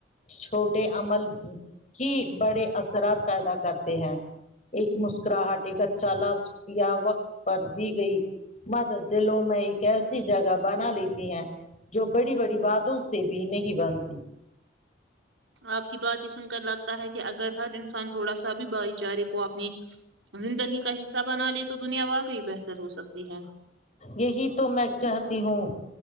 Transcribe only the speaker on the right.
آپ کی بات یہ سن کر لگتا ہے کہ اگر ہر انسان تھوڑا سا بھی بھائی چارے کو اپنی زندگی کا حصہ بنا لے تو دنیا واقعی بہتر ہو سکتی ہے